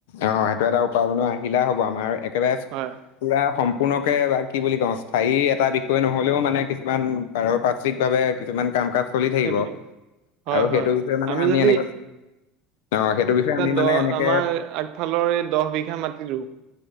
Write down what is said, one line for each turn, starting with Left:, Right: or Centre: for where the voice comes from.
Left: অ সেইটো এটা উপাৰ্জনৰ আহিলা হ'ব আমাৰ একেবাৰে
Right: হয়।
Left: পুৰা সম্পূৰ্ণকে বা কি বুলি কও স্থায়ী এটা বিষয় নহলেও মানে কিছুমান পাৰপাৰ্শ্বিকভাৱে কিছুমান কাম কাজ চলি থাকিব
Right: সেইটোৱে। হয়,
Left: আৰু
Right: হয়।
Left: সেইটো বিষয়ে মানে আমি
Right: যদি
Left: এনে অ সেইটো বিষয়ে আমি,
Right: দ
Left: মানে এনেকে
Right: আমাৰ আগফালৰ এই দহ বিঘা মাটিটো